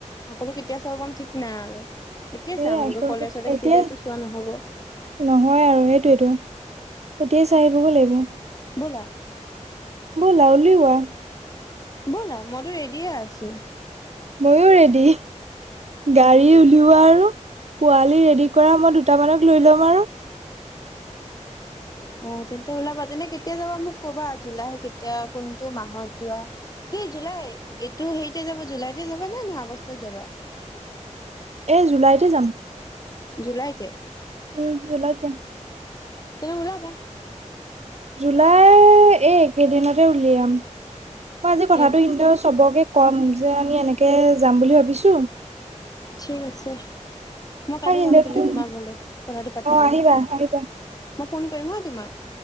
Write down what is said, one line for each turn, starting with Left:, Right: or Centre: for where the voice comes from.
Left: সকলো কেতিয়া চাব পাম ঠিক নাই আৰু! এতিয়াই
Right: এই
Left: চাওঁগৈ
Right: আকৌ
Left: কলেজ-চলেজ
Right: এতিয়া
Left: খুলিলেতু চোৱা নহ'ব।
Right: নহয় আৰু সেইটোৱেতো, এতিয়াই চাই আহিবগৈ লাগিব।
Left: ব'লা!
Right: ব'লা উলিওৱা!
Left: ব'লা! মইতু ৰেডিয়ে আছো।
Right: মইয়ো ৰেডি। গাড়ী উলিওৱা আৰু, পোৱালী ৰেডি কৰা মই দুটামানক লৈ লম আৰু
Left: অ তেন্তে ওলাবা তেনে কেতিয়া যাবা মোক কবা! জুলাই কেতিয়া কোনটো মাহত যোৱা সেই জুলাই, এইটো হেৰিতে যাবা জুলাইতে যাবা নে? নে আগষ্টত যাবা?
Right: এই, জুলাইতে যাম।
Left: জুলাইতে?
Right: উম, জুলাইত যাম।
Left: তুমি ওলাবা?
Right: জুলাইৰ, এই কেইদিনতে উলিয়াম। মই আজি কথাটো
Left: ইয়াত
Right: ইহঁতৰ চবকে কম যে, আমি এনেকে যাম বুলি ভাবিছোঁ!
Left: ঠিক আছে। মই কাইলৈ
Right: আৰু সিহঁতেতো
Left: যাম তেনে, তোমাৰ ঘৰলৈ। কথাটো পাতিবলৈ,
Right: অ আহিবা আহিবা
Left: মই ফোন কৰিম হা তোমাক?